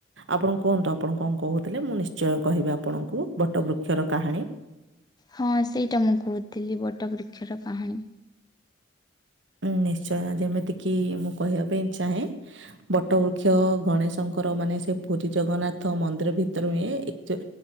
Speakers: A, on the right (about 75°); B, on the left (about 20°).
A: ଆପଣ କୁହନ୍ତୁ ଆପଣ କଁ କହୁଥିଲେ ମୁଁ ନିଶ୍ଚୟ କହିବି ଆପଣଙ୍କୁ ବଟ ବୃକ୍ଷର କାହାଣୀ।
B: ହଁ ସେଇଟା ମୁଁ କହୁଥିଲି ବଟ ବୃକ୍ଷର କାହାଣୀ।
A: ନିଶ୍ଚୟଁ ଯେମିତିକି ମୁଁ କହିବା ପାଇଁ ଚାହେଁ ବଟ ବୃକ୍ଷ ଗଣେଶଙ୍କର ମାନେ ସେ ପୁରୀ ଜଗନ୍ନାଥ ମନ୍ଦିର ଭିତରୁ ଏଁ ଏକ୍ ଜ